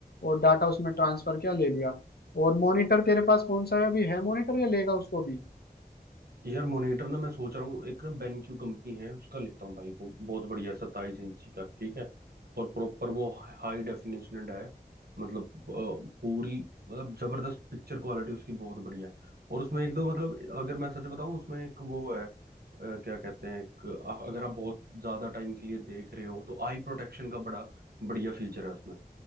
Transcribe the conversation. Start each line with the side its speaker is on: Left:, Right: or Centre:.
Left: और डाटा उसमें ट्रांसफर किया ले लिया और मॉनिटर तेरे पास कौन सा है अभी है मॉनिटर या लेगा उसको भी
Right: यार मॉनिटर ना मैं सोच रहा हूँ एक ना बेनक्यू कंपनी है उसका लेता हूँ भाई वो बहुत बढ़िया सत्ताईस इंची का ठीक है और प्रॉपर वो हाई डेफिनेशन है मतलब अ, पूरी मतलब जबरदस्त पिक्चर क्वालिटी उसकी बहुत बढ़िया है और उसमें एक दो मतलब अगर मैं सच बताऊँ उसमें एक वो है अ, क्या कहते हैं एक अ- अगर आप बहुत ज्यादा टाइम के लिए देख रहे हो तो आई प्रोटेक्शन का बड़ा बढ़िया फीचर है उसमें